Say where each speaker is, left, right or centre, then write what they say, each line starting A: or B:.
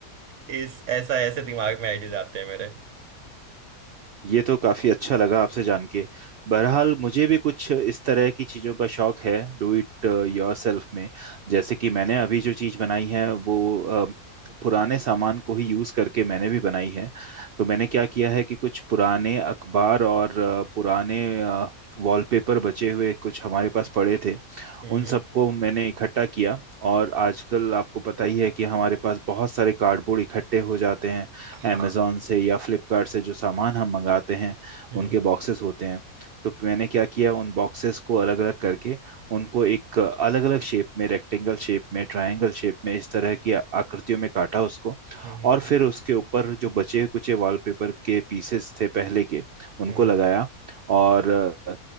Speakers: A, on the right (about 60°); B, on the right (about 80°).
A: इस ऐसा ऐसे दिमाग में आइडियाज आते हैं मेरे
B: ये तो काफी अच्छा लगा आपसे जान के बहरहाल मुझे भी कुछ इस तरह की चीजों का शौक है डू इट योरसेल्फ में जैसे कि मैंने अभी जो चीज बनाई है वो अ, पुराने सामान को ही यूज करके मैंने भी बनाई है तो मैंने क्या किया है कि कुछ पुराने अखबार और अ, पुराने अ, वॉलपेपर बचे हुए कुछ हमारे पास पड़े थे
A: हम्म
B: उन सबको मैंने इकट्ठा किया और आजकल आपको पता ही है कि हमारे पास बहुत सारे कार्डबोर्ड इकट्ठे हो जाते हैं
A: हाँ
B: अमेजोन से या फ्लिपकार्ट से जो सामान हम मंगाते हैं
A: हम्म
B: उनके बॉक्सेस होते हैं तो मैंने क्या किया उन बॉक्सेस को अलग अलग करके उनको एक अलग अलग शेप में रेक्टेंगल शेप में ट्रायंगल शेप में इस तरह की आकृतियों में काटा उसको
A: हम्म हम्म
B: और फिर उसके ऊपर जो बचे कुचे वॉलपेपर के पीसेस थे पहले के उनको
A: हम्म
B: लगाया और अ,